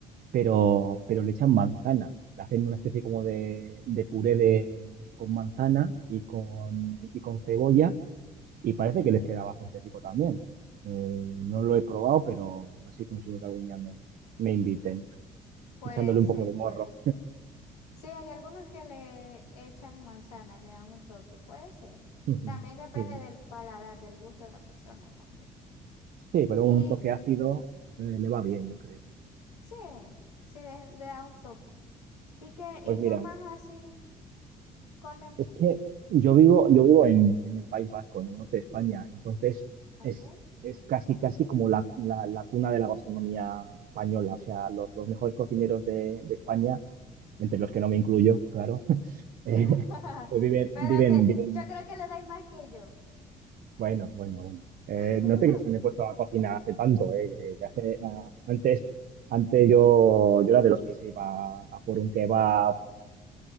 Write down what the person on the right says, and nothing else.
pero, pero le echan manzana. Le hacen una especie
como de, de puré de, con manzana y con, y con cebolla y parece que les queda bastante rico también. Eh, no lo he probado, pero así consigo que algún día me, me inviten,
echándole un
poco de morro.
Ujú.
Sí,
sí, pero
un toque ácido eh, le va bien, yo creo.
Pues
mira,
Es que yo vivo, yo vivo en, en el País Vasco, en el norte de España, entonces
es, es casi, casi como la, la- la cuna de la gastronomía española. O sea, los, los mejores cocineros de, de España, entre los que no me incluyo, claro, <laughs> eh,
viven,
viven,
viven.
Bueno, bueno, bueno. Eh,
no te crees que me he puesto a cocinar hace tanto, eh, que- que hace- ah, antes, antes yo, yo era de los que se iba a por un kebab,